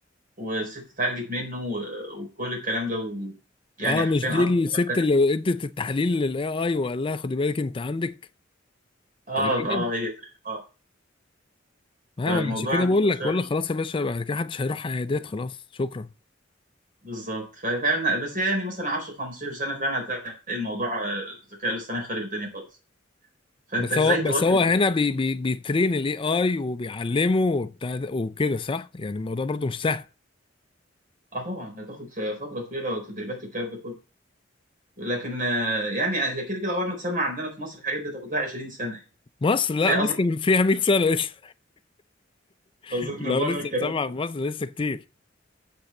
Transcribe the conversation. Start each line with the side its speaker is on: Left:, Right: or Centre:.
Right: والست اتعالجت منه و- وكل الكلام ده و... يعني
Left: اه
Right: حرفيا
Left: مش
Right: انقذ
Left: دي الست
Right: واحدة.
Left: اللي ادت التحليل للاي اي وقال لها خدي بالك انت عندك
Right: اه
Left: تقريبا
Right: اه هي اه
Left: ما
Right: فالموضوع
Left: ما عشان كده
Right: انتشر
Left: بقول لك بقول لك خلاص يا باشا بعد كده محدش هيروح عيادات خلاص شكرا
Right: بالظبط ففعلا بس هي يعني مثلا 10 15 سنه فعلا هتلاقي الموضوع آه، الذكاء الاصطناعي خارب الدنيا خالص فانت
Left: بس
Right: ازاي
Left: هو
Right: تواكب
Left: بس هو هنا
Right: ده؟
Left: بي بي بيترين الاي اي وبيعلمه وبتاع ده- وكده صح يعني الموضوع برضو مش سهل
Right: اه طبعا هتاخد فتره طويله وتدريبات والكلام ده كله لكن آه، يعني يعني كده كده اول ما تسمع عندنا في مصر الحاجات دي تاخد لها 20 سنه يعني
Left: مصر لا
Right: بس هي
Left: مصر
Right: اظن
Left: فيها 100 سنة لسه <laughs>
Right: اظن
Left: لو
Right: بره
Left: لسه
Right: الكلام
Left: سامعة في مصر لسه كتير